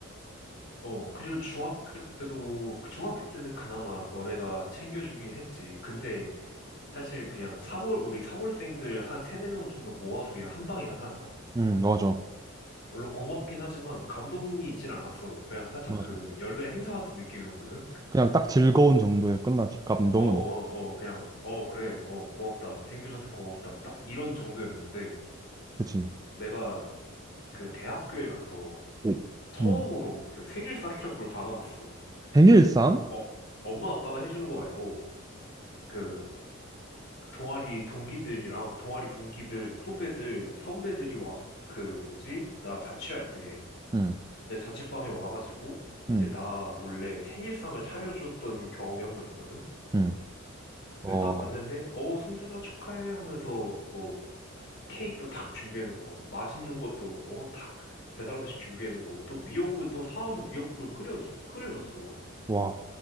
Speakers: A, on the left (about 55°); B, on the right (about 20°).
A: 어, 그리고 중학교 때도, 그 중학교 때는 그나마 너네가 챙겨주긴 했지. 근데 사실 그냥 3월, 우리 3월생들 한 세네 명 정도 모아서 그냥 한 방에 하잖아.
B: 응, 맞아.
A: 물론 고맙긴 하지만 감동이 있진 않았어. 그냥 살짝
B: 맞아.
A: 그 연례 행사 같은 느낌이었거든.
B: 그냥 딱 즐거운 정도에 끝나지. 감동은
A: 어, 어,
B: 없.
A: 어, 그냥, 어, 그래, 어, 고맙다. 챙겨줘서 고맙다. 딱 이런 정도였는데
B: 그치?
A: 내가 그 대학교에 가서
B: 응.
A: 처음으로
B: 응.
A: 그 생일상이란 걸 받아봤어.
B: 생일상?
A: 그러니까, 어, 엄마 아빠가 해주는 거 말고, 그 동아리 동기들이랑 동아리 동기들 후배들 선배들이 와 그 뭐지 나 자취할 때
B: 응,
A: 내 자취방에 와가지고
B: 응,
A: 이제 나 몰래 생일상을 차려줬던 경험이 한 번 있거든.
B: 응. 어,
A: 그래서 딱 왔는데 어 승준아 축하해 하면서 뭐 케이크도 딱 준비해놓고 맛있는 것도 어딱 배달 음식 준비해놓고 또 미역국을 또 사와서 미역국을 끓여 끓여줬어.
B: 와,